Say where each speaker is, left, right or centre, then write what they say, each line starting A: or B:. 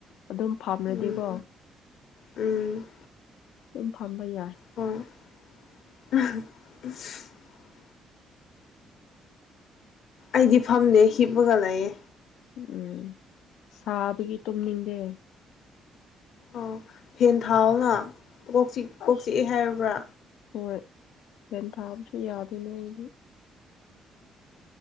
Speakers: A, on the left (about 75°); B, on the left (about 60°).
A: ꯑꯗꯨꯝ ꯐꯝꯔꯗꯤꯀꯣ
B: ꯎꯝ ꯎꯝ
A: ꯎꯝ ꯐꯝꯕ ꯌꯥꯏ
B: ꯍꯣꯏ <unintelligible> ꯑꯩꯗꯤ ꯐꯝꯗꯦ ꯍꯤꯞꯄꯒ ꯂꯩꯌꯦ
A: ꯎꯝ ꯁꯥꯕꯒꯤ ꯇꯨꯝꯅꯤꯡꯗꯦ
B: ꯑꯣ ꯐꯦꯟ ꯊꯥꯎꯅ ꯀꯣꯛ ꯆꯤꯛ ꯀꯣꯛ
A: ꯑꯁ
B: ꯆꯤꯛꯑꯦ ꯍꯥꯏꯕ꯭ꯔ
A: ꯍꯣꯏ ꯐꯦꯟ ꯊꯥꯕꯁꯨ ꯌꯥꯗꯦꯅꯦ ꯑꯩꯗꯤ